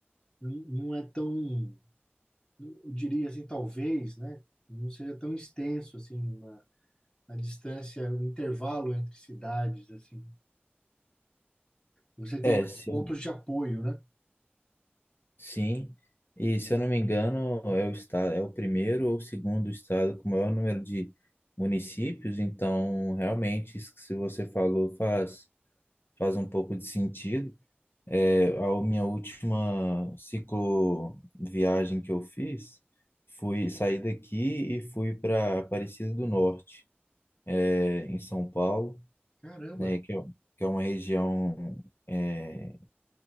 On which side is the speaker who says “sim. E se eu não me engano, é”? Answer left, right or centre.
Left